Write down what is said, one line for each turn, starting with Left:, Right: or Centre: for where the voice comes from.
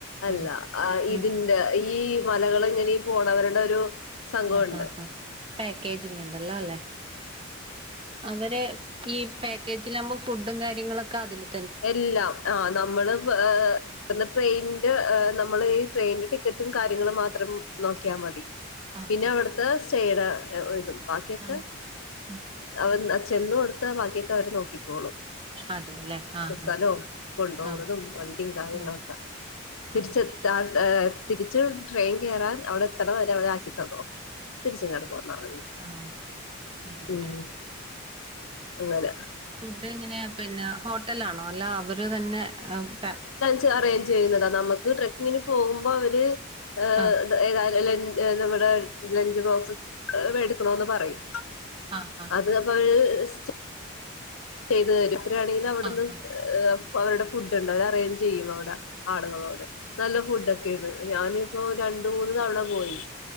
Left: അല്ല
Right: ഉം
Left: ആഹ്
Right: നിങ്ങൾ
Left: ഇത് ന്റെ ഈ മലകള് ഇങ്ങനി പോണവര്ടെ ഒരു സംഘമുണ്ട്
Right: ആഹ് ആഹ് പാക്കേജിങ് ഇണ്ടല്ലോ അല്ലെ അവരെ ഈ പാക്കേജില് ആവുമ്പ ഫുഡും കാര്യങ്ങളക്ക അതില്
Left: എല്ലാം ആഹ് നമ്മള് ട്ട്ന്ന ട്രെയ്ൻന്റെ ഏഹ് നമ്മള് ഈ ട്രെയ്ന്റെ ടിക്കറ്റും കാര്യങ്ങളും മാത്രം നോക്കിയാ മതി
Right: ആഹ്
Left: പിന്ന അവ്ട്ത്ത് <unintelligible> ഇതും ബാക്കിയക്ക
Right: ആഹ് ആഹ്
Left: അവൻ ചെന്ന് ഒട്ത്ത ബാക്കിയക്ക അവര് നോക്കിക്കോളും
Right: അതെല്ലെ ആഹ്
Left: സ്ഥലോം
Right: ആഹ്
Left: കൊണ്ടോവുന്നതും
Right: ആഹ്
Left: വണ്ടീ കാര്യങ്ങളക്ക
Right: ഓ
Left: തിര്ച്ച്
Right: ആഹ്
Left: എത്ത എ തിര്ച്ച് ട്രെയിൻ കെറാൻ അവ്ട് എത്ത്ണ് വരെ ആവനാക്കിത്തന്നോ തിര്ച്ച്ങ്ങട്ട് പോന്നാ മതി
Right: ആഹ് അതെല്ലേ
Left: ഉം അങ്ങന
Right: ഫുഡ് എങ്ങനെ പിന്ന ഹോട്ടല്ലാണോ അല്ല അവര് തന്നെ അഹ് പെ
Left: ത് അറേയ്ൻജെയ്യുന്നതാ ന്നമ്മക് ട്രാക്കിങ്ന് പോവുമ്പോ അവര് ഏഹ്
Right: ആഹ്
Left: ഏതായാ തലൻ നമ്മ്ട് ലഞ്ച് ബോക്സ് വെടുക്ക്ണോന്ന് പറയും
Right: ആഹ് ആഹ്
Left: അ <unintelligible> ചെയ്ത് തരും <unintelligible> അവ്ട്ന്ന്
Right: ആഹ്
Left: ഏഹ് ഫവര്ടെ ഫുഡ് ഇണ്ട് അവര് അറേഞ്ച്യ്യും അവ്ട ആളുകളോട് നല്ല ഫുഡക്കെണ് ഞാനിപ്പോ രണ്ട് മൂന്ന് തവണ പോയി